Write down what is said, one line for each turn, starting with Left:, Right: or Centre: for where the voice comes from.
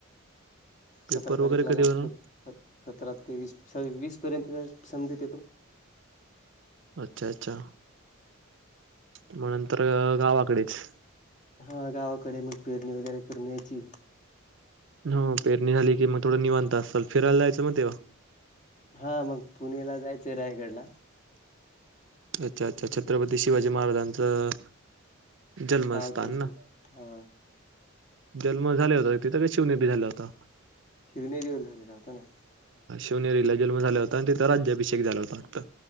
Right: पेपर
Left: सतरा
Right: वगैरे
Left: तारीखला
Right: कधी
Left: लास्ट
Right: होणार
Left: पे सतरा, तेवीस. सव्वीस पर्यंत समजेल.
Right: अच्छा, अच्छा. मग नंतर गावाकडेच.
Left: हा गावाकडे मग पेरणी वगैरे करून यायची.
Right: हो पेरणी झाली की मग थोडं निवांता असाल, फिरायला जायचं मग तेव्हा.
Left: हा मग पुणेला जायचंय रायगडला.
Right: अच्छा, अच्छा, छत्रपती शिवाजी महाराजांचं. जन्मस्थान
Left: हा, ते,
Right: ना
Left: हा.
Right: जन्म झाले होता तिथं काय शिवनेरी वर झाला होता?
Left: शिवनेरीवर झालेला होता ना.
Right: शिनेरीला जन्म झाला होता, आणि तिथं राज्याभिषेक झाला होता फक्त.